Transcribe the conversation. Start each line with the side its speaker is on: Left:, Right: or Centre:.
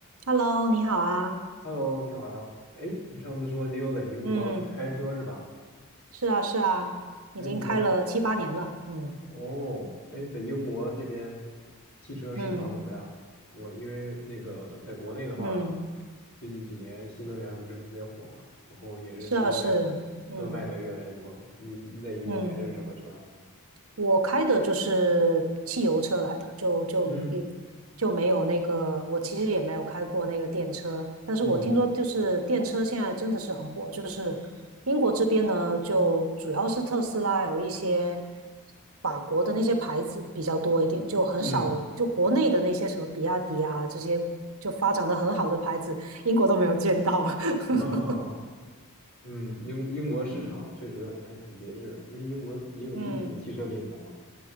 Right: Hello，你好啊。
Left: Hello，你好呀。哎，你上次说你有在英国开车是吧？
Right: 嗯，是啊，是啊，已经开了七八年了。
Left: 哎，你在
Right: 嗯
Left: 哦，哎，在英国这边汽车市场怎么样？
Right: 嗯
Left: 我因为那个在国内的话，
Right: 嗯，
Left: 最近几年新能源不是特别火嘛，然后也是新能源
Right: 是啊，是，嗯
Left: 车卖的越来越多。你你在英国开的是什么车啊？
Right: 嗯。我开的就是汽油车来的，就就也就没有那个，
Left: 嗯
Right: 我其实也没有开过那个电车，但是我听说就是电车现在真的是很火，
Left: 嗯
Right: 就是英国这边呢，就主要是特斯拉，还有一些法国的那些牌子比较多一点，就很少，
Left: 嗯，
Right: 就国内的那些什么比亚迪啊这些就发展的很好的牌子，英国都没有见到。<laughs>
Left: <laughs> 哈哈，嗯，英英国市场确实还挺别致的，
Right: 嗯，
Left: 因为英国也有自己的汽车品牌嘛。
Right: 嗯，